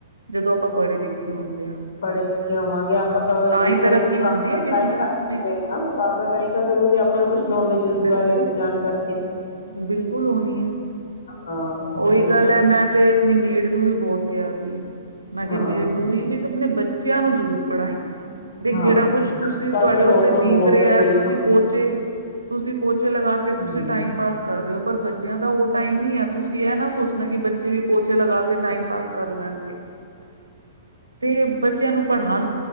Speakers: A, on the right; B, on the left.
A: ਜਦੋਂ ਆਪਾਂ ਪੜ੍ਹੇ ਲਿਖੇ ਹੁੰਦੇ ਆ
B: ਪੜ੍ਹੇ ਲਿਖੇ ਹੋਵਾਂਗੇ ਆਪਾਂ ਕਿਸੇ
A: ਹੀ ਤਰੱਕੀ
B: ਦਾ ਮੁਕਾਬਲਾ
A: ਹੁੰਦੀ ਹੈ ਬਿਜਨਸ
B: ਤਾਂ ਹੀ ਕਰ ਸਕਦੇ
A: ਵਿੱਚ
B: ਹ ਮੁਕਾਬਲਾ ਤਾਂ ਕਰ ਸਕਦੇ ਬਰ ਕੁ <unintelligible> ਨੌਲੇਜ ਉਸ
A: ਬਿਲਕੁਲ,
B: ਬਾਰੇ ਜਾਣਕਾਰੀ ਦੇ
A: ਬਿਲਕੁਲ ਉਹ ਨਹੀਂ ਹੈ
B: ਹਾਂ ਉਹ
A: ਉਹੀ ਗੱਲ
B: ਨਾ
A: ਹੈ ਮੈਂ ਤੇ ਆਪਣੀ ਮੇੜ ਨੂੰ ਵੀ ਬਹੁਤ ਕਿਹਾ ਸੀ ਮੈਂ ਕਿਹਾ
B: ਹਾਂ
A: ਮੇਢ ਨੂੰ ਵੀ ਵੀ ਨੇ ਬੱਚਿਆਂ ਨੂੰ ਜ਼ਰੂਰ ਪੜ੍ਹਾਈ ਦੇ
B: ਹਾਂ
A: ਜਿਹੜਾ ਕੁਛ
B: ਅੱਜ
A: ਤੁਸੀਂ
B: ਕੱਲ
A: ਤੁਹਾਡੇ
B: ਤਾਂ ਲੋਕ
A: ਉੱਤੇ ਬੀਤ
B: ਬਹੁਤ
A: ਰਿਹਾ
B: ਕਈ
A: ਤੁਸੀਂ
B: ਸਮਝਦਾ
A: ਪਹੁੰਚੇ ਤੁਸੀਂ ਪੋਚੇ ਲਗਾ ਕੇ ਤੁਸੀਂ
B: ਹਮ
A: ਟਾਈਮ ਪਾਸ ਕਰ ਰਹੇ ਹੋ ਪਰ ਬੱਚਿਆਂ ਦਾ ਉਹ ਟਾਈਮ ਨੀ ਹੈ ਤੁਸੀਂ ਇਹ ਨਾ ਸੋਚਣਾ ਕਿ ਬੱਚੇ ਵੀ ਪੋਚੇ ਲਗਾ ਕੇ ਟਾਈਮ ਪਾਸ ਕਰ ਲੈਣਗੇ ਤੇ ਬੱਚਿਆਂ ਨੂੰ ਪੜ੍ਹਾ